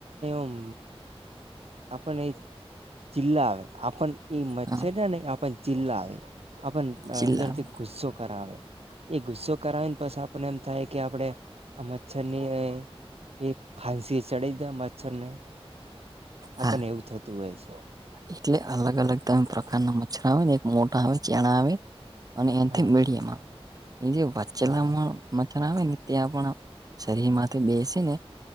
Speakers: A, on the right (about 75°); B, on the right (about 35°).
A: એમ. આપણ એ જિલ્લા આવે આપણ એ મચ્છરને
B: હા
A: આપણ જિલ્લા આવે. આપણ
B: ચિલ્લાવે
A: અંદરથી ગુસ્સો કરાવે, એ ગુસ્સો કરાવીને પછે પણ એમ થાય કે આપણે આ મચ્છર ની એ ફાંસી ચડે દ મચ્છરને. આપણ
B: હા
A: એવું થતું હોય છે.
B: એટલે અલગ અલગ તમે પ્રકારના મચ્છરા આવે ને એક મોટા આવે ચેણા આવે. અને એનથી
A: હા
B: મીડિયમ આવે, એ જે વાચેલામાં
A: હા
B: મચ્છરા આવે ને ત્યાં પણ શરીર માંથી બેસે ને